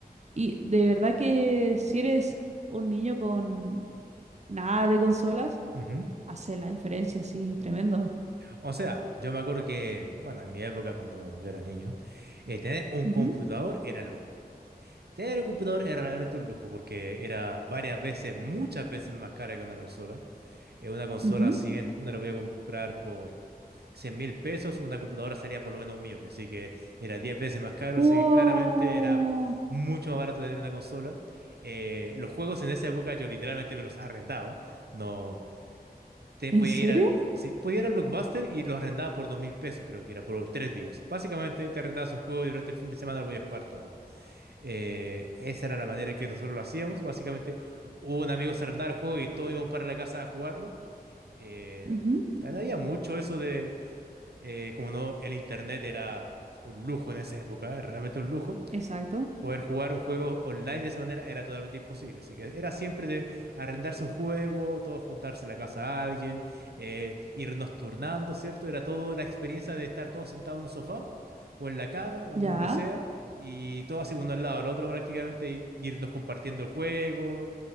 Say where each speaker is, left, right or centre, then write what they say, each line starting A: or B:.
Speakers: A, on the right; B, on the right.
A: Y de verdad que si eres un niño con nada de consolas,
B: Ujú.
A: hace la diferencia así tremendo.
B: O sea, yo me acuerdo que, bueno, en mi época cuando yo era niño, eh, tener un
A: Ujú,
B: computador era lujo. Tener un computador era realmente un lujo porque era varias veces, muchas veces más cara que una consola. Eh, una consola,
A: ujú.
B: si bien una la podía comprar por 100 mil pesos, una computadora salía por lo menos un millón. Así que era 10 veces más caro.
A: Wow.
B: Así que claramente era mucho más barato tener una consola. Eh, los juegos en esa época yo literalmente me los arrendaba. No te-
A: ¿En
B: podía
A: serio?
B: ir a, sí, podía ir al Blockbuster y los arrendaba por dos mil pesos, creo que era, por tres días. Básicamente te arrendabas un juego y durante el fin de semana lo podías jugar todo. Eh, esa era la manera en que nosotros lo hacíamos. Básicamente, un amigo se arrendaba el juego y todos íbamos para la casa a jugarlo. Eh,
A: Ujú,
B: también había mucho eso de, eh, como no, el internet era un lujo en esa época, eh, realmente un lujo
A: Exacto.
B: poder jugar un juego online de esa manera era totalmente imposible. Así que era siempre de arrendarse un juego, todos juntarse en la casa a alguien, eh, irnos turnando, ¿cierto? Era toda la experiencia de estar todos sentados en un sofá o en la cama o
A: Ya.
B: en donde sea y todos así uno al lado del otro prácticamente y irnos compartiendo el juego,